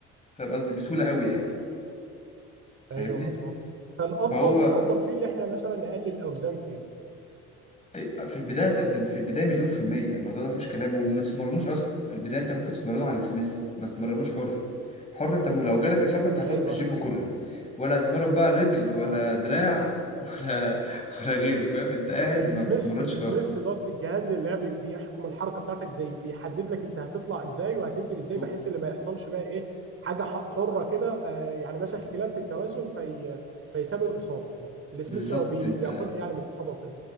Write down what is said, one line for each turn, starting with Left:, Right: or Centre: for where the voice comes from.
Left: فاهم قصدي بسهوله قوي يعني فاهمني
Right: ايوه مظبوط فالافضل
Left: فهو
Right: فالافضل فيه اللي احنا مثلا نقلل الاوزان فيه
Left: إيه، في البدايه ده- في البدايه مليون في الميه الموضوع ده فيهوش كلام وما تتمرنوش اصلا في البدايه انت ممكن تتمرنوا على السميث ما تتمرنوش حر حر انت لو جالك اصابه انت هتقعد
Right: ايوه
Left: من الجيم
Right: اه
Left: كله ولا هتتمرن بقى رجل ولا
Right: آه.
Left: دراع <laughs> ولا ولا غيره فاهم انت قاعد
Right: السميث
Left: ما بتتمرنش
Right: السميث
Left: خالص
Right: دوت الجهاز اللي هي بي- بيحكم الحركه بتاعتك زي بيحدد لك انت هتطلع ازاي وهتنزل ازاي
Left: هو-
Right: بحيث ان ما يحصلش بقى ايه حاجه ح- حره كده آه، يعني مثلا اختلال في التوازن في فيسبب اصابه السميث
Left: بالظبط
Right: هو بي-
Left: انت
Right: بيقيق يعني من الاصابه وكده